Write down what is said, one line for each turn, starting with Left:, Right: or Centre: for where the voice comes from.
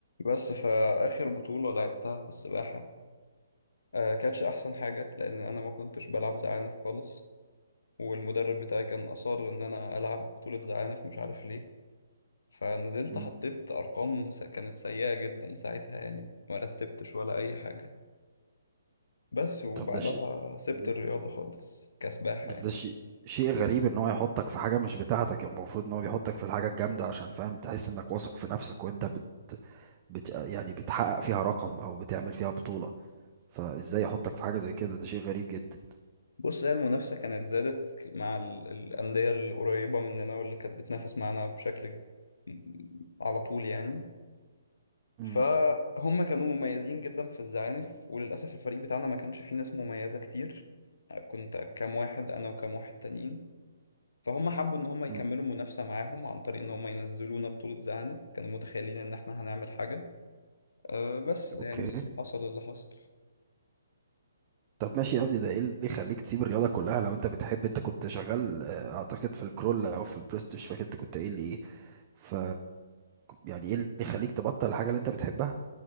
Left: بس فآخر بطولة لعبتها في السباحة آه كانتش أحسن حاجة لأن أنا ما كنتش بلعب زعانف خالص والمدرب بتاعي كان أصر إن أنا ألعب بطولة زعانف مش عارف ليه فنزلت
Right: مم.
Left: حطيت أرقام س- كانت سيئة جدا ساعتها يعني ما رتبتش ولا أي حاجة بس وبعدها
Right: طب ده شيء
Left: سبت
Right: مم.
Left: الرياضة خالص كسباحة
Right: بس
Left: يعني
Right: ده شيء شيء غريب ان هو يحطك في حاجة مش بتاعتك يعني المفروض ان هو بيحطك في الحاجة الجامدة عشان فاهم تحس انك واثق في نفسك وانت بت... بت... يعني بتحقق فيها رقم او بتعمل فيها بطولة فازاي يحطك في حاجة زي كده ده شيء غريب جدا
Left: بص هي المنافسة كانت زادت مع ال- الأندية القريبة مننا واللي كانت بتنافس معانا بشكل م- على طول يعني
Right: مم.
Left: فهم كانوا مميزين جدا في الزعانف وللأسف الفريق بتاعنا ما كانش فيه ناس مميزة كتير كنت كام واحد أنا وكام واحد تانيين فهم حبوا إن هم يكملوا
Right: مم.
Left: منافسة معاهم عن طريق إن هم ينزلونا بطولة زعانف كانوا متخيلين إن إحنا هنعمل حاجة أه بس يعني
Right: اوكي
Left: حصل اللي حصل
Right: طب ماشي يا ابني ده ايه اللي يخليك تسيب الرياضة كلها لو انت بتحب انت كنت شغال آه، اعتقد في الكرول او في البريست مش فاكر انت كنت قايل لي ايه ف يعني ايه اللي يخليك تبطل الحاجة اللي انت بتحبها